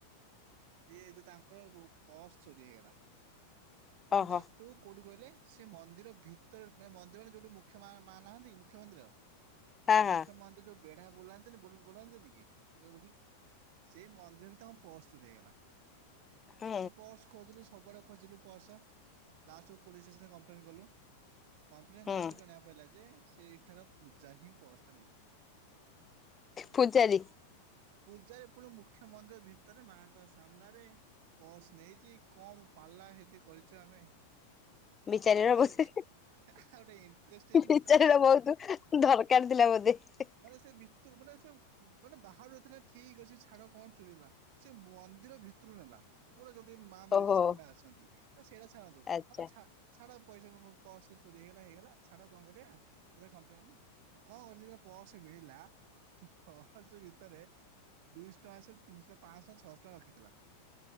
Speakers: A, on the right (about 50°); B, on the left (about 20°).
A: ଯିଏ ଏଇ ଯୋଉ ତାଙ୍କର ପର୍ସ ଚୋରି ହେଇଗଲା। ପୁଣି
B: ଓହୋ
A: ଦାଟୁ କୋଉଟି କଇଲେ? ସେ ମନ୍ଦିର ଭିତରେ ମାନେ ମନ୍ଦିର ମାନେ ଯୋଉଠି ମୁଖ୍ୟ ମାଆ-ମା ନାହାନ୍ତି କି ମୁଖ୍ୟ ମନ୍ଦିର
B: ହଁ
A: ମୁଖ୍ୟ
B: ହଁ
A: ମନ୍ଦିର ଯୋଉ ବେଢା ବୁଲାନ୍ତିନି ବୁ-ବୁନାନ୍ତିନି କି <unintelligible> ସେଇ ମନ୍ଦିର <unintelligible> ତାଙ୍କ ପର୍ସ ଚୋରି ହେଇଗଲା
B: ହୁଁ
A: ତ ପର୍ସ ଖୋଜିଲୁ ସବୁଆଡେ ଖୋଜିଲୁ ପର୍ସ ଲାଷ୍ଟକୁ ପୋଲିସ୍ ଷ୍ଟେସନରେ କମ୍ପ୍ଲେନ କଲୁ। କମ୍ପ୍ଲେନ୍
B: ହୁଁ
A: କଲାପରେ ଜଣିବାକୁ ପାଇଲା ଯେ ସେଇ ଠାର ପୂଜା ହିଁ ପର୍ସ ଟା ନେଇଥିଲା।
B: ପୂଜାରୀ
A: ପୂଜାରି ପୁଣି ମୁଖ୍ୟ ମନ୍ଦିର ଭିତରେ ମା ଙ୍କ ସାମ୍ନାରେ। ପର୍ସ ନେଇଛିି କମ ପାଲା ସେଠି କରିଛେ ଆମେ।
B: ବିଚାରୀର
A: ଆଉ ଗୋଟେ
B: ବୋଧେ
A: କ ଇ ଆଉ ଗୋଟେ ଇଣ୍ଟରେସ୍ଟିଙ୍ଗ
B: ବିଚାରୀର
A: କଥା।
B: ବହୁତ ଦରକାର ଥିଲା ବୋଧେ ହେଁ ହୁଁ।
A: ମାନେ ସେ ଭିତରୁ ମାନେ ସେ। ମାନେ ବାହାରୁ ନେଇଥିଲା ଠିକ ଅଛି ଛାଡ କଣ ଚୁୁରେଇଲା ସେ ମନ୍ଦିର ଭିତରୁ ନେଲା। ପୁରା ଯୋଉଠି ମା ବିରଜା
B: ଓହୋ
A: ସାମ୍ନା ରେ ଆଛନ୍ତି ତ ସେଇଟା ଛାଡ଼ନ୍ତୁ
B: ଆଚ୍ଛା
A: ହଁ ଛା ଛାଡ ପଇସା ତ ମୋ ପର୍ସ ତ ଚୋରି ହେଇଗଲା ହେଇଗଲା ଛାଡ କଣ କରିବା ଏ କ୍ଲମ୍ପେନ। କଣ କରଛି ଯେତେ ବେଳେ ପର୍ସ ମିଳିଲା ପର୍ସ ଭିତରେ। ଦୁଇଶ ଟଙ୍କା ସେ ତିନିଶ ପାଆଁଶ ଛଅଶ ଟଙ୍କା ରଖିଥିଲା।